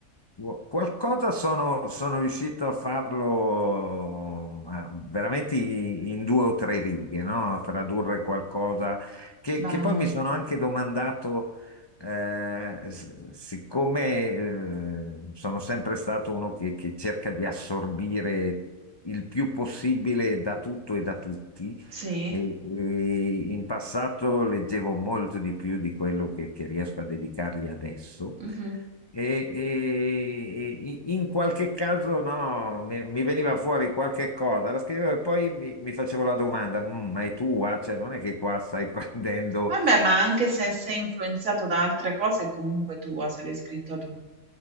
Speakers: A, on the left (about 35°); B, on the right (about 70°).
A: Wow. Qualcosa sono, sono riuscito a farlo ma veramente in, in due o tre righe, no? Tradurre qualcosa che,
B: Bello.
A: che poi mi sono anche domandato, eh, s- siccome eh, sono sempre stato uno che, che cerca di assorbire il più possibile da tutto e da tutti,
B: Sì?
A: e- e in passato leggevo molto di più di quello che, che riesco a dedicargli adesso.
B: Mh-mh.
A: E, e- e in qualche caso no, mi, mi veniva fuori qualche cosa, la scrivevo e poi mi, mi facevo la domanda: "Mm, ma è tua? Cioè, non è che qua stai <laughs> prendendo
B: Vabbè, ma anche se sei influenzato da altre cose è comunque tua, se l'hai scritta tu.